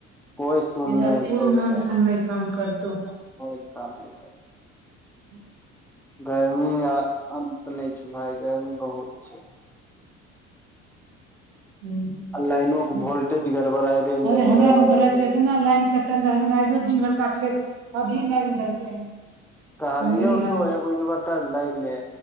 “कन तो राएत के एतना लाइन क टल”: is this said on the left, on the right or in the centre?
Right